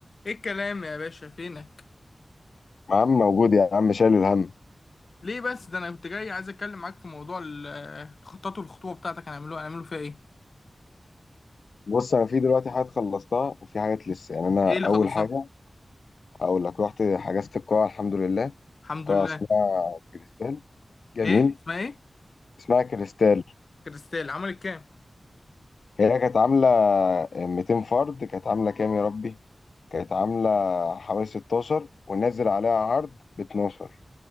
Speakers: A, on the left; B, on the left.
A: ايه الكلام يا باشا فينك
B: يا عم موجود يا عم شايل الهم
A: ليه بس ده انا كنت جاي عايز اتكلم معاك في موضوع ال- الخطط والخطوبه بتاعتك هنعملوها هنعملوا فيها ايه
B: بص انا في دلوقتي حاجات خلصتها وفي حاجات لسه يعني انا
A: ايه اللي
B: اول
A: خلصتها
B: حاجه اقول لك رحت حجزت القاعه الحمد لله
A: الحمد
B: قاعه
A: لله
B: اسمها كريستال جميل
A: ايه اسمها ايه
B: اسمها كريستال
A: كريستال عملت كام
B: هي كانت عامله 200 فرد كانت عامله كام يا ربي كانت عامله حوالي 16 ونزل عليها عرض ب 12